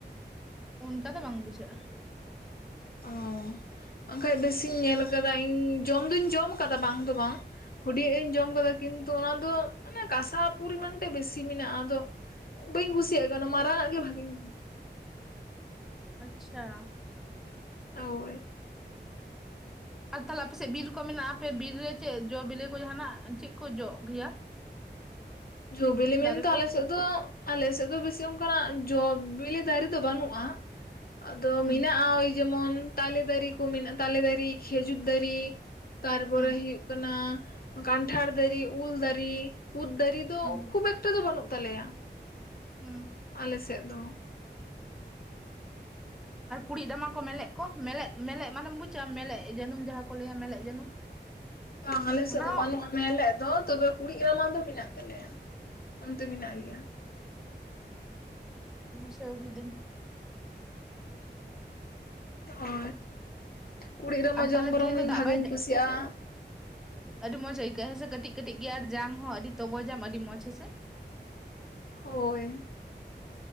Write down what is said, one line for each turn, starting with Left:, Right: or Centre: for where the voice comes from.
Centre: ᱚᱱᱠᱟ ᱫᱚ ᱵᱟᱝ ᱵᱩᱡᱷᱟᱹᱜᱼᱟ᱾
Left: ᱚ ᱵᱟᱝᱠᱷᱟᱱ ᱵᱮᱥᱤᱧ ᱧᱮᱞ ᱟᱠᱟᱫᱟ ᱤᱧ ᱡᱚᱢ ᱫᱩᱧ ᱡᱚᱢ ᱟᱠᱟᱫᱟ ᱵᱟᱝ ᱫᱚ ᱵᱟᱝ, ᱦᱩᱰᱤᱭ ᱤᱧ ᱡᱚᱢ ᱠᱟᱫᱟ ᱠᱤᱱᱛᱩ ᱚᱱᱟ ᱫᱚ ᱢᱟᱱᱮ ᱠᱟᱸᱥᱟᱯᱩᱨᱤ ᱢᱟᱱᱮ ᱵᱮᱥᱤ ᱢᱮᱱᱟᱜᱼᱟ ᱟᱫᱚ ᱵᱟᱹᱧ ᱠᱩᱥᱤᱭᱟᱜ ᱠᱟᱱᱟ ᱢᱟᱨᱟᱝ ᱟᱜ ᱜᱮ ᱵᱷᱟᱜᱤᱧ
Centre: ᱟᱪᱪᱷᱟ᱾
Left: ᱦᱳᱭ᱾
Centre: ᱟᱨ ᱛᱟᱦᱚᱞᱮ ᱟᱯᱮᱥᱮᱫ ᱵᱤᱨ ᱠᱚ ᱢᱮᱱᱟᱜᱼᱟ ᱟᱯᱮ ᱵᱤᱨ ᱨᱮ ᱪᱮᱫ ᱡᱚ ᱵᱤᱞᱤ ᱠᱚ ᱡᱟᱦᱟᱱᱟᱜ ᱪᱮᱫ ᱠᱚ ᱡᱚᱜ ᱜᱮᱭᱟ?
Left: ᱡᱚᱵᱤᱞᱤ ᱢᱮᱱ
Centre: ᱫᱟᱨᱮ
Left: ᱫᱚ
Centre: ᱠᱚ
Left: ᱟᱞᱮ ᱥᱮᱱ ᱥᱮᱫ ᱫᱚ ᱟᱞᱮ ᱥᱮᱫ ᱫᱚ ᱵᱮᱥᱤ ᱚᱱᱠᱟᱱᱟᱜ ᱡᱚ ᱵᱤᱞᱤ ᱫᱟᱨᱮ ᱫᱚ ᱵᱟᱹᱱᱩᱜᱼᱟ᱾ ᱟᱫᱚ
Centre: ᱦᱩᱸ
Left: ᱢᱮᱱᱟᱜᱼᱟ ᱳᱭ ᱡᱮᱢᱚᱱ ᱛᱟᱞᱮ ᱫᱟᱨᱮ ᱠᱚ ᱢᱮᱱᱟᱜᱼᱟ ᱛᱟᱞᱮ ᱫᱟᱨᱮ ᱠᱷᱮᱡᱩᱨ ᱫᱟᱨᱮ, ᱛᱟᱨᱯᱚᱨᱮ
Centre: ᱦᱩᱸ
Left: ᱦᱩᱭᱩᱜ ᱠᱟᱱᱟ ᱠᱟᱱᱴᱷᱟᱲ ᱫᱟᱨᱮ ᱩᱞ ᱫᱟᱨᱮ ᱠᱩᱫ ᱫᱟᱨᱮ, ᱫᱚ
Centre: ᱦᱩᱸ
Left: ᱠᱷᱩᱵ ᱮᱠᱴᱟ ᱫᱚ ᱵᱟᱹᱱᱩᱜ ᱛᱟᱞᱮᱭᱟ᱾
Centre: ᱦᱩᱸ᱾
Left: ᱟᱞᱮ ᱥᱮᱫ ᱫᱚ,
Centre: ᱟᱨ ᱠᱩᱲᱤᱫ ᱨᱟᱢᱟ ᱠᱚ ᱢᱮᱫᱮᱫ ᱠᱚ ᱟᱨ ᱠᱩᱨᱤᱫ ᱨᱟᱢᱟ ᱠᱚ ᱢᱮᱞᱮᱫ ᱢᱮᱞᱮᱫ ᱢᱟᱱᱮᱢ ᱵᱩᱡᱟᱼᱟ ᱢᱮᱞᱮᱫ ᱡᱟᱹᱱᱩᱢ ᱡᱟᱦᱟᱸ ᱠᱚ ᱞᱟᱹᱭᱟ ᱢᱮᱞᱮᱫ ᱡᱟᱹᱱᱩᱢ? <inaudible>
Left: ᱵᱟᱝ ᱟᱞᱮ ᱥᱮᱫ
Centre: ᱚᱱᱟ
Left: ᱫᱚ
Centre: ᱦᱚᱸ
Left: ᱵᱟᱹᱱᱩᱜᱼᱟ ᱢᱮᱞᱮᱫ ᱫᱚ ᱛᱚᱵᱮ ᱠᱩᱲᱤᱫ ᱨᱟᱢᱟ ᱫᱚ ᱢᱮᱱᱟᱜ ᱛᱟᱞᱮᱭᱟ᱾ ᱚᱱᱛᱮ ᱢᱮᱱᱟᱜ ᱜᱮᱭᱟ,
Centre: ᱵᱩᱡᱷᱟᱹᱣ ᱠᱤᱫᱟᱧ᱾
Left: ᱦᱳᱭ ᱠᱩᱲᱤᱫ ᱨᱟᱢᱟ
Centre: ᱟᱨ
Left: ᱡᱚᱢ
Centre: ᱛᱟᱦᱚᱞᱮ
Left: ᱵᱚᱨᱚᱝ
Centre: ᱛᱮᱦᱮᱧ
Left: ᱤᱧ
Centre: ᱫᱚ ᱫᱟᱜ
Left: ᱵᱷᱟᱜᱤᱧ
Centre: ᱵᱟᱭ
Left: ᱠᱩᱥᱤᱭᱟᱜᱼᱟ,
Centre: ᱟᱹᱰᱤ ᱢᱚᱸᱡᱽ ᱟᱹᱭᱠᱟᱹᱜ ᱦᱮᱸᱥᱮ ᱠᱟᱹᱴᱤᱡ ᱠᱟᱹᱴᱤᱡ ᱜᱮ ᱟᱨ ᱡᱟᱝ ᱦᱚᱸ ᱟᱹᱰᱤ ᱛᱚᱜᱚᱡᱟᱢ ᱟᱹᱰᱤ ᱢᱚᱸᱡᱽ ᱦᱮᱸᱥᱮ?
Left: ᱦᱳᱭ᱾